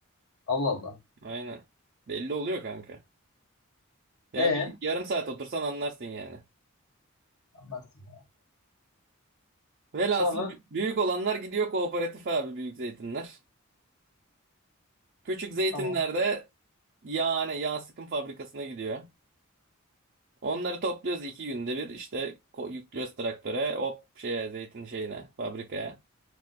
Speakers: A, on the left; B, on the right.
A: Allah Allah.
B: Aynen. Belli oluyor kanka. Yani
A: E
B: bir yarım saat otursan anlarsın yani.
A: anlarsın ya.
B: Velhasıl
A: Sonra
B: b- büyük olanlar gidiyor kooperatif abi büyük zeytinler. Küçük zeytinlerde
A: tamam.
B: Yani yağ sıkım fabrikasına gidiyor. Onları topluyoruz iki günde bir işte ko- yüklüyoruz traktöre hop şeye zeytin şeyine fabrikaya.